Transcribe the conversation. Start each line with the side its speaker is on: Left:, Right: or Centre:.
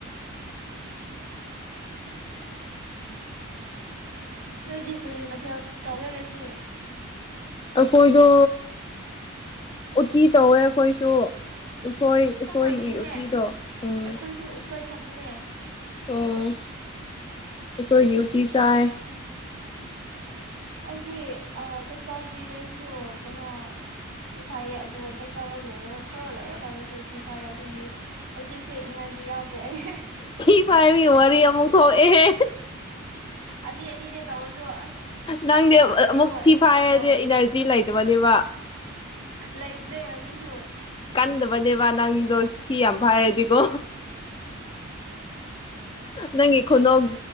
Left: <unintelligible>
Right: ꯂꯣꯏꯗꯤ ꯀꯔꯤ ꯃꯊꯦꯜ ꯇꯧꯒꯦ ꯀꯁꯤ
Left: ꯑꯩꯈꯣꯏꯗꯣ ꯎꯇꯤ ꯇꯧꯋꯦ ꯑꯩꯈꯣꯏꯁꯨ ꯎꯁꯣꯏ
Right: ꯆꯞ
Left: ꯎꯁꯣꯏ
Right: ꯃꯥꯟꯅꯩꯍꯦ
Left: ꯎꯇꯤꯗꯣ ꯎꯝ
Right: ꯑꯩꯈꯣꯏꯁꯨ ꯎꯁꯣꯏ ꯊꯝꯕꯅꯦ
Left: ꯑꯣ ꯎꯁꯣꯏꯒꯤ ꯏꯇꯤ ꯆꯥꯏ
Right: ꯑꯩꯗꯤ ꯆꯥꯛ ꯆꯥꯗ꯭ꯔꯤꯉꯩꯁꯨ ꯀꯩꯅꯣ ꯊꯤ ꯐꯥꯏꯌꯦ ꯑꯗꯨꯒ ꯆꯥꯛ ꯆꯥꯕ ꯂꯣꯏꯔꯒ ꯈꯔ ꯂꯩꯣꯏꯔ ꯀꯥꯟꯗꯁꯨ ꯊꯤ ꯐꯥꯏꯌꯦ ꯑꯗꯨꯒꯤ ꯍꯧꯖꯤꯛꯁꯦ ꯏꯅꯔꯖꯤ ꯌꯥꯎꯗ꯭ꯔꯦ ꯑꯩ
Left: ꯊꯤ ꯄꯥꯏ ꯋꯥꯔꯤ ꯑꯃꯨꯛ ꯊꯣꯛ ꯑꯦꯍ
Right: ꯑꯅꯤ ꯑꯅꯤꯅꯦ ꯇꯧꯁꯨ ꯑꯁ
Left: ꯅꯪꯗꯤ
Right: ꯑꯉꯛꯄꯅꯤꯀꯣ
Left: ꯑꯃꯨꯛ
Right: ꯑꯩꯒꯤ
Left: ꯊꯤ ꯐꯥꯏꯔꯗꯤ
Right: ꯄꯨꯛꯇꯣ
Left: ꯏꯅꯔꯖꯤ ꯂꯩꯇꯕꯅꯦꯕ
Right: ꯂꯩꯇ꯭ꯔꯦ ꯍꯧꯖꯤꯛꯁꯨ
Left: ꯀꯟꯗꯕꯅꯦꯕꯥ ꯅꯪꯗꯣ ꯊꯤ ꯌꯥꯝ ꯐꯥꯏꯔꯗꯤꯀꯣ ꯅꯪꯒꯤ ꯈꯨꯅꯣꯛ